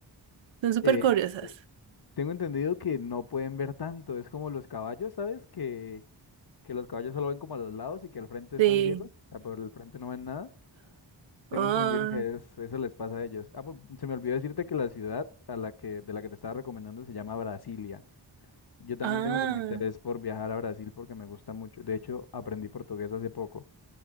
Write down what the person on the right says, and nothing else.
Son súper
curiosas.
Sí.
Ah,
ah,